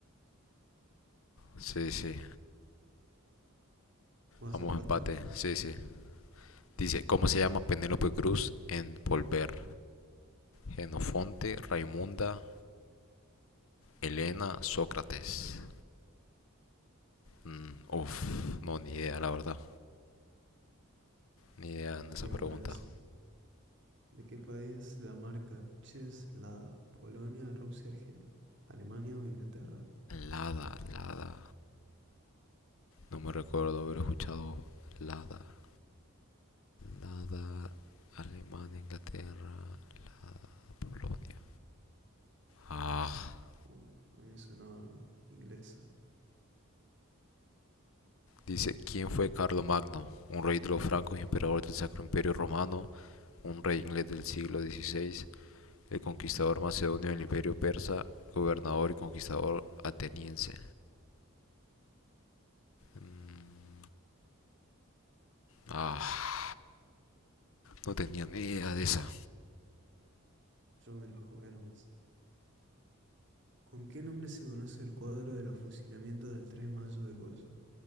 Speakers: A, on the left; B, on the right.
A: sí, sí.
B: ¿Vos
A: Vamos
B: acertaste?
A: empate. Sí, sí. Dice, ¿cómo se llama Penélope Cruz en Volver? Genofonte, Raimunda, Elena, Sócrates. Mm, uf, no, ni idea,
B: Uh,
A: la verdad. Ni idea en esa
B: Iba
A: pregunta.
B: a poner ese. ¿De qué país la marca Coches Lada? ¿Polonia, Rusia, Argen- Alemania o Inglaterra?
A: Lada, Lada. No me recuerdo haber escuchado Lada. Lada, Alemania, Inglaterra, Polonia. Ah,
B: Uh, a mí sonaba inglesa.
A: dice, ¿quién fue Carlomagno? Un rey de los francos y emperador del Sacro Imperio Romano, un rey inglés del siglo XVI, el conquistador macedonio del Imperio Persa, gobernador y conquistador ateniense. Mm, ah, no tenía ni idea de esa.
B: Yo me la jugué nomás. ¿Con qué nombre se conoce el cuadro de los fusilamientos del 3 de mayo de Goya?